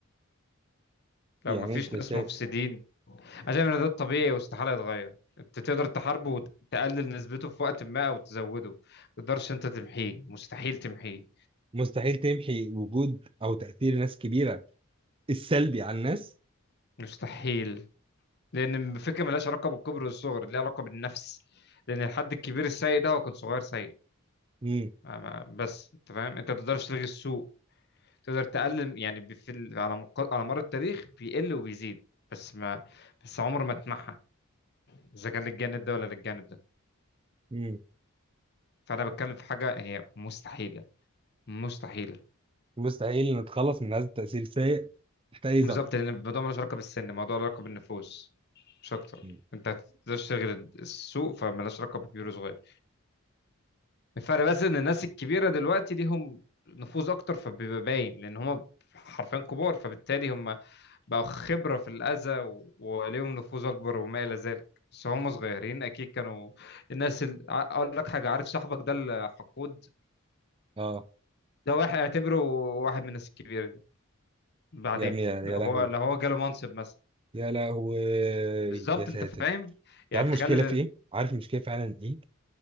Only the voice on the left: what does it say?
لو
ما فيش
ناس
مفسدين انا شايف ان ده الطبيعي واستحاله يتغير انت تقدر تحاربه وتقلل نسبته في وقت ما او تزوده ما تقدرش انت تمحيه مستحيل تمحيه
مستحيل لان الفكره ملهاش علاقه بالكبر والصغر ليها علاقه بالنفس لان الحد الكبير السيء ده هو كان صغير سيء
ما ما بس انت فاهم انت ما تقدرش تلغي السوء تقدر تقلل يعني بي- في ال- على مق... على مر التاريخ بيقل وبيزيد بس ما بس عمر ما تمحى اذا كان للجانب ده ولا للجانب ده
فانا بتكلم في حاجه هي مستحيله مستحيله
بالظبط
لان الموضوع ملوش علاقه بالسن الموضوع له علاقه بالنفوس مش اكتر
انت هتقدرش تشغل السوق فملهاش علاقه بكبير وصغير الفرق بس ان الناس الكبيره دلوقتي ليهم نفوذ اكتر فبيبقى باين لان هم حرفيا كبار فبالتالي هم بقوا خبره في الاذى و- وليهم نفوذ اكبر وما الى ذلك بس هم صغيرين اكيد كانوا الناس ال... ع- اقول لك حاجه عارف صاحبك ده الحقود
ده واحد اعتبره واحد من الناس الكبيره دي. بعدين
لو
هو لو هو جاله منصب مثلا
بالظبط
انت فاهم
يعني
تخيل